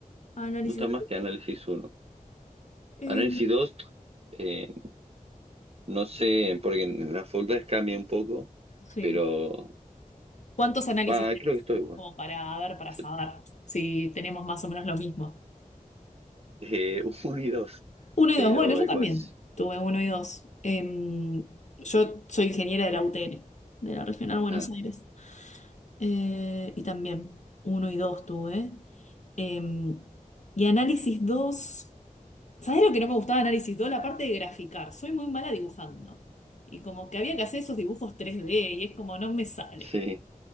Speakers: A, on the left (about 55°); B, on the right (about 45°).
A: Análisis.
B: Me gusta más que análisis uno
A: eh,
B: Análisis dos eh, no sé, porque en las facultades cambia un poco,
A: Sí.
B: pero
A: ¿Cuántos análisis
B: va,
A: tenés?
B: creo que estoy igual.
A: Como para, a ver, para
B: Yo,
A: saber si tenemos más o menos lo mismo.
B: eh, <laughs> 1 y dos
A: Uno y
B: pero
A: dos. Bueno, yo
B: ecuación.
A: también tuve uno y dos. Em, yo soy ingeniera de la UTN, de la Regional Buenos
B: Ah,
A: Aires. Eh, y también uno y dos tuve. Em, y análisis dos. ¿Sabés lo que no me gustaba de análisis dos, La parte de graficar. Soy muy mala dibujando. Y como que había que hacer esos dibujos tres d y es como no me sale.
B: sí,